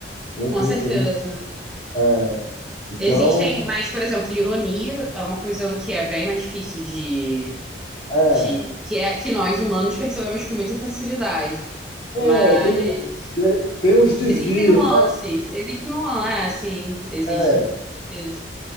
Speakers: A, on the left; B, in the centre.
A: um, um-
B: com certeza.
A: um é, então,
B: Existem, mas, por exemplo, ironia é uma coisa que é bem mais difícil de,
A: É,
B: de, que é que nós humanos percebemos com muita facilidade.
A: é,
B: Mas
A: tem, um- tem tem uns desvios,
B: existem nuances, existe nuance, é, sim, existem.
A: né?
B: Isso.